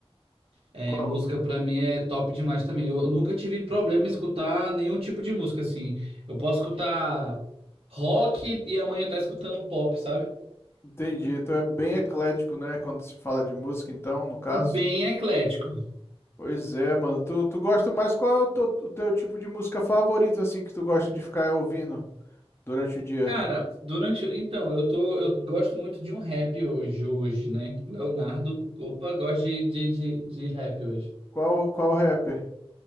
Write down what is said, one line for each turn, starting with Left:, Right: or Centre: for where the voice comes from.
Right: É,
Left: Qual?
Right: música pra mim é top demais também. Eu, eu nunca tive problema em escutar nenhum tipo de música assim. Eu posso escutar rock e amanhã tá escutando pop, sabe?
Left: Entendi. Tu é bem eclético, né? Quando se fala de música, então, no caso.
Right: Bem eclético.
Left: Pois é, mano. Tu, tu gosta mais qual é o teu, o teu tipo de música favorito, assim, que tu gosta de ficar ouvindo durante o dia?
Right: Cara, durante. Então, eu tô. Eu gosto muito de um rap hoje, hoje, né? Leonardo, opa, gosto de, de, de, de rap hoje.
Left: Qual, qual rapper?